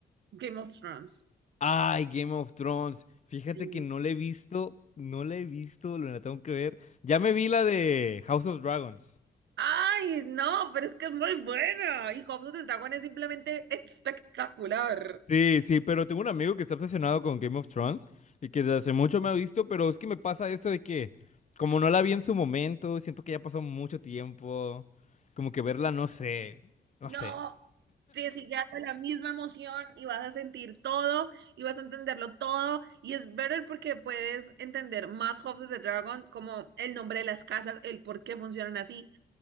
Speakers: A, on the right; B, on the left.
A: Game of Thrones.
B: Ay, Game of Thrones. Fíjate
A: Sí.
B: que no la he visto, no la he visto, lo la tengo que ver. Ya me vi la de House of Dragons.
A: Ay, no, pero es que es muy buena. Y House of the Dragon es simplemente espectacular.
B: Sí, sí, pero tengo un amigo que está obsesionado con Game of Thrones y que desde hace mucho me ha visto, pero es que me pasa esto de que, como no la vi en su momento, siento que ya pasó mucho tiempo, como que verla, no sé, no
A: No.
B: sé,
A: te sigue dando la misma emoción y vas a sentir todo y vas a entenderlo todo. Y es better porque puedes entender más House of the Dragon, como el nombre de las casas, el por qué funcionan así.